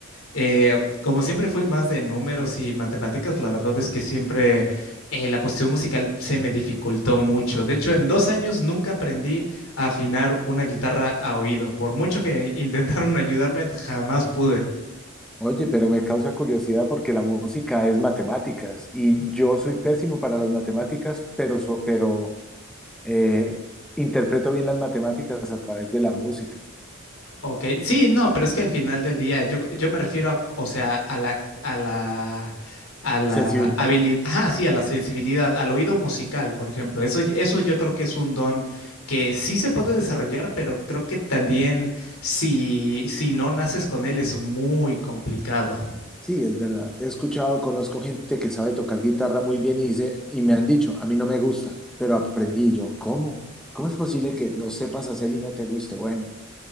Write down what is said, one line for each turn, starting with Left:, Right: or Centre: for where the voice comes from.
Left: Eh, como siempre fui más de números y matemáticas, la verdad es que siempre eh, la cuestión musical se me dificultó mucho. De hecho, en dos años nunca aprendí a afinar una guitarra a oído. Por mucho que <laughs> intentaron ayudarme, jamás pude.
Centre: Oye, pero me causa curiosidad porque la música es matemáticas y yo soy pésimo para las matemáticas, pero, so- pero eh, interpreto bien las matemáticas a través de la música.
Left: Ok, sí, no, pero es que al final del día, yo, yo me refiero a, o sea, a la, a la, a la
Centre: Sensibilidad,
Left: habilidad, ajá, sí, a la sensibilidad, al oído musical, por ejemplo. Eso, y- eso yo creo que es un don que sí se puede desarrollar, pero creo que también si, si no naces con él es muy complicado.
Centre: sí, es verdad. He escuchado, conozco gente que sabe tocar guitarra muy bien y, dice, y me han dicho, a mí no me gusta, pero aprendí Y yo. ¿Cómo? ¿Cómo es posible que lo sepas hacer y no te guste? Bueno,